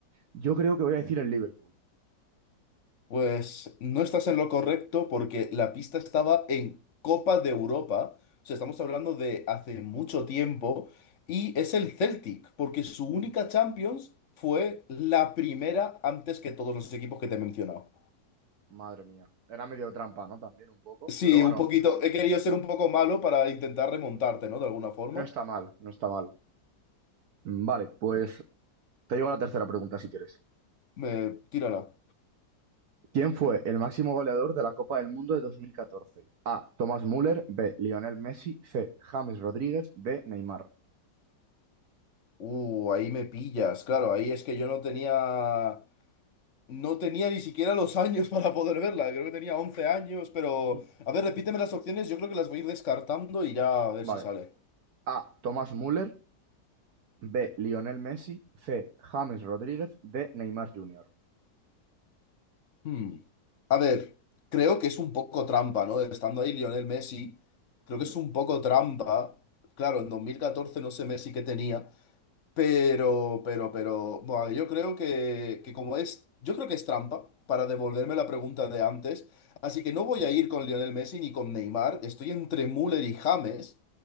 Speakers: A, on the right; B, on the left.
A: yo creo que voy a decir el Liverpool.
B: Pues no estás en lo correcto porque la pista estaba en Copa de Europa, o sea, estamos hablando de hace mucho tiempo, y es el Celtic, porque su
A: Mm,
B: única Champions fue la primera antes que todos los equipos que te he mencionado.
A: madre mía. Era medio trampa, ¿no? También un poco.
B: Sí,
A: Pero bueno,
B: un poquito, he querido ser un poco malo para intentar remontarte, ¿no? De alguna forma.
A: no está mal, no está mal. Mm, Vale, pues te llevo a la tercera pregunta si quieres.
B: Me, tírala.
A: ¿Quién fue el máximo goleador de la Copa del Mundo de 2014? A. Thomas Müller. B. Lionel Messi. C. James Rodríguez. D. Neymar.
B: Uh, ahí me pillas, claro, ahí es que yo no tenía. No tenía ni siquiera los años <laughs> para poder verla, creo que tenía 11 años, pero...
A: Mm.
B: A ver, repíteme las opciones, yo creo que las voy a ir descartando y ya a ver
A: Vale.
B: si sale.
A: A. Thomas Müller. B. Lionel Messi. C. James Rodríguez. D. Neymar Jr.
B: Hmm. A ver, creo que es un poco trampa, ¿no? Estando ahí Lionel Messi, creo que
A: Mm,
B: es un poco trampa. Claro, en 2014 no sé Messi qué tenía, pero, pero, pero... Bueno, yo creo que, que como es... Yo creo que es trampa para devolverme la pregunta de antes, así que no voy a ir con Lionel Messi ni con Neymar, estoy entre Müller y James.